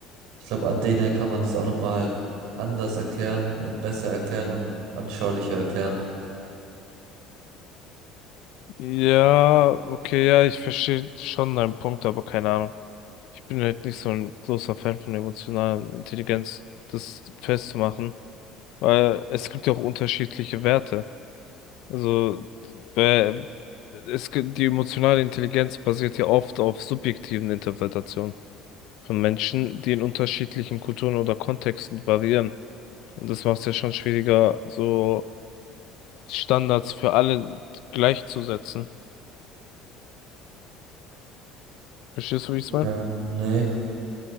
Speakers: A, on the right; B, on the left.
A: ich glaube, an denen kann man das auch nochmal anders erklären und besser erklären und anschaulicher erklären.
B: Ja, okay, ja, ich verstehe schon deinen Punkt, aber keine Ahnung. Ich bin halt nicht so ein großer Fan von emotionaler Intelligenz, das festzumachen. Weil es gibt ja auch unterschiedliche Werte. Also bei- es gibt, die emotionale Intelligenz basiert ja oft auf subjektiven Interpretationen von Menschen, die in unterschiedlichen Kulturen oder Kontexten variieren. Und das macht es ja schon schwieriger, so Standards für alle gleichzusetzen. Verstehst du, wie ich es
A: Ja,
B: meine?
A: nee,